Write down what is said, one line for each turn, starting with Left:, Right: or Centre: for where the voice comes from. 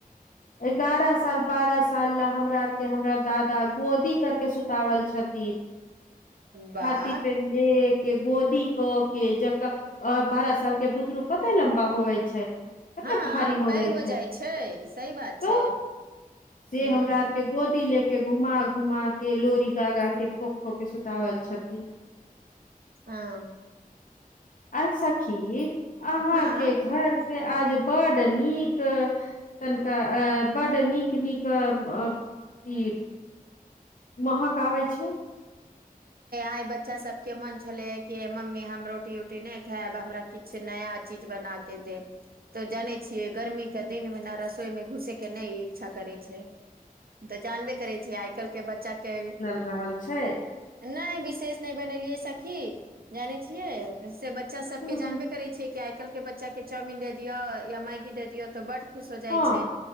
Left: एगारह साल बारह साल ल हमरा आर के हमरा दादा गोदी करके सुतावल छथि
Right: वाह
Left: छाती पे लेके गोदी कऽ के जकऽ अ बारा बारह साल के बुतरू कतेय लम्बा होवै छै कते
Right: हाॅं
Left: भारी होवे
Right: पैघ होय
Left: छै
Right: जाइ छै सही बात छै
Left: तऽ से
Right: हूं
Left: हमरा आर के गोदी ले के घूमा - घुमा के लोड़ी गा - गा के ठोक - ठोक के सुतावल छथिन
Right: आं
Left: आ सखी अहाँके
Right: हँ
Left: घर से आज बड नीक तनिका आ बड्ड नीक - नीक आ अ <unintelligible> महक आबय छै
Right: आय बच्चा सबके मन छल्ले अय की आय मम्मी हम रोटी उटी नै खायब हमरा किछ नया चीज बना के देब तऽ जानै छियै गर्मी के दिन मे न रसोई मे घुसेके नै इच्छा करै छै तऽ जानबे करै छियै आइ काइल्ह के बच्चा के
Left: ल छै
Right: नैह बिशेष ने बनेलियै सखी जानै छियै सेब बच्चा सभके
Left: हूँ
Right: जानबे करै छियै कि आइ काइल्हके बच्चाके चाउमिन देऽ दिअ या मैगी दऽ दियौ तऽ बड़ खुव हो जाइ
Left: हँ
Right: छै।